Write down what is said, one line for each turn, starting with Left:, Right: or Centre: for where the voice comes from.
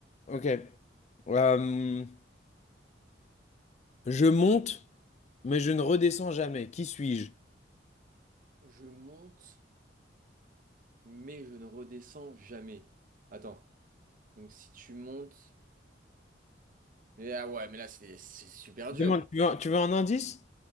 Left: Ok. Euh, je monte, mais je ne redescends jamais. Qui suis-je?
Right: Je monte, mais je ne redescends jamais. Attends. Donc si tu montes. Et ah ouais, mais là, c'est c'est super
Left: Demande,
Right: dur.
Left: tu veux, un tu veux un indice?